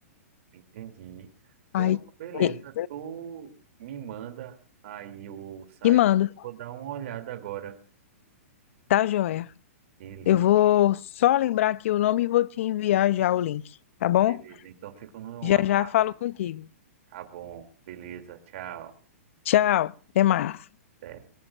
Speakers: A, on the right (about 55°); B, on the left (about 60°).
A: Entendi. Pronto,
B: Ai,
A: beleza.
B: e,
A: Tu me manda aí o site.
B: te mando,
A: Eu vou dar uma olhada agora.
B: tá joia?
A: Beleza,
B: Eu vou só lembrar aqui o nome e vou te enviar já o link, tá bom?
A: beleza. Então fico no
B: Já
A: aguardo.
B: já falo contigo.
A: Tá bom, beleza, tchau.
B: Tchau, até mais.
A: Até.